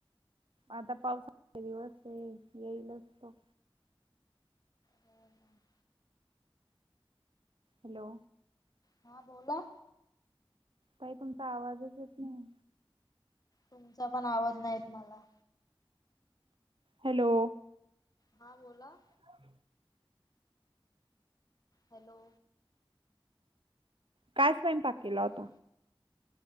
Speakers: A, on the right; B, on the left.
A: आता पावसाचा दिवस आहे, येईलच तो.
B: हो ना. <inaudible>
A: हॅलो
B: <inaudible> हा बोला.
A: ताई तुमचा आवाजच येत नाहीये.
B: तुमचा पण आवाज नाही येत मला.
A: हॅलो
B: हा बोला.
A: <inaudible>
B: हॅलो
A: काय स्वंयपाक केला
B: हॅलो
A: होता?